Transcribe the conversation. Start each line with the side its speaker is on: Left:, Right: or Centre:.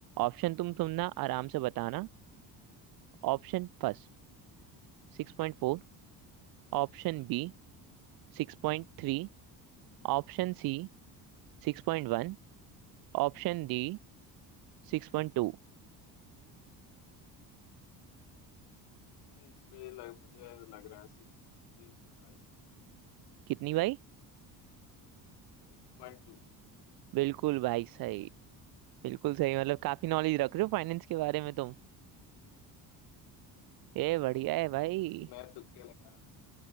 Right: ऑप्शन तुम तुम ना आराम से बताना
Left: हाँ
Right: Option first six point four Option B six point three Option C six point one Option D six point two
Left: भाई इस पे लग, मुझे लग रहा है six point two is the right answer
Right: कितनी भाई
Left: Six point two
Right: बिल्कुल भाई सही बिल्कुल सही मतलब काफी नॉलेज रख रहे हो फाइनेंस के बारे में तुम ये बढ़िया है भाई
Left: भाई मैं तुक्के लगा रहा हूँ